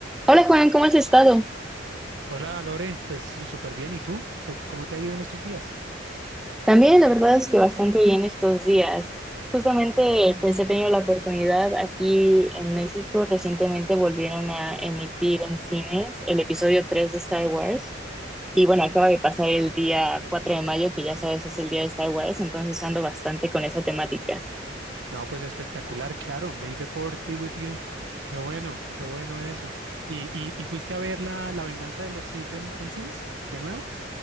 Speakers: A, in the centre; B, on the right (about 70°).
A: Hola Juan, ¿cómo has estado?
B: Hola Lore, pues súper bien. ¿Y tú? ¿Qué- ¿Cómo te ha ido en estos días?
A: También la verdad es que bastante bien estos días. Justamente pues he tenido la oportunidad aquí en México, recientemente volvieron a emitir en cines el episodio 3 de Star Wars y bueno, acaba de pasar el día 4 de mayo, que ya sabes es el día de Star Wars, entonces ando bastante con esa temática.
B: No, pues espectacular, claro. May the fourth be with you. Qué bueno, qué bueno eso. ¿Y, y, y fuiste a ver la, la venganza de los Sith en, en cines? ¿De nuevo?